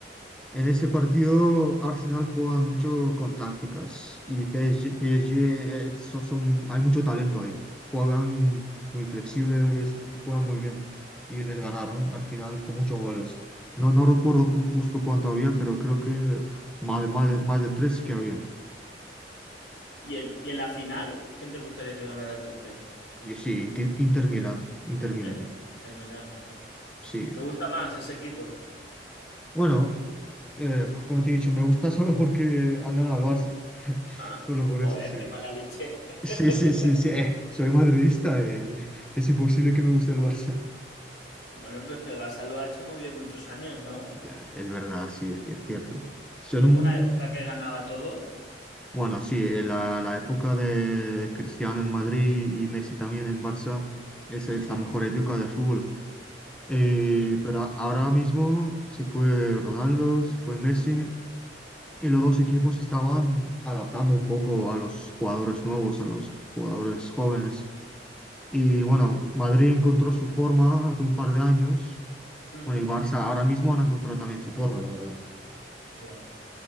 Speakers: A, in the centre; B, on the left.
A: En ese partido, Arsenal juegan mucho con tácticas y PSG, PSG, eh, eh, son, son- hay mucho talento ahí. Juegan muy flexible este, y juegan muy bien. Y les ganaron al final con muchos goles. No, no recuerdo ju- justo cuánto había, pero creo que uf, más de, más de, más de tres que había.
B: ¿Y en, y en la final, quién te gustaría que ganara entonces?
A: Y sí, Inti- Inter Milán, Inter Milán,
B: El, el Milán, sí.
A: sí.
B: ¿Te gusta más ese equipo?
A: Bueno, eh, como te he dicho, me gusta <laughs> solo porque han ganado al Barça. <laughs>
B: Ah,
A: Solo por
B: joder,
A: eso, sí.
B: qué mala leche. <laughs>
A: Sí, sí, sí, sí. eh, soy madridista. eh, Es imposible que me guste el Barça.
B: Bueno, pues que el Barça lo ha hecho muy bien muchos años, ¿no?
A: Ya, es verdad, sí, es, es cierto. Son
B: ¿No
A: un,
B: hubo una época
A: un-
B: que ganaba todo?
A: Bueno, sí, eh, la, la época de, Cristiano en Madrid y Messi también en Barça, esa
B: Sí,
A: es la mejor época del fútbol. Eh,
B: sí.
A: pero a- ahora mismo se fue Ronaldo, se fue Messi, y los dos equipos estaban adaptando un poco a los jugadores nuevos, a los jugadores jóvenes. Y bueno, Madrid encontró su forma hace un par de años
B: Ujú.
A: Bueno, y Barça ahora mismo han encontrado también su forma, la verdad.
B: Ya,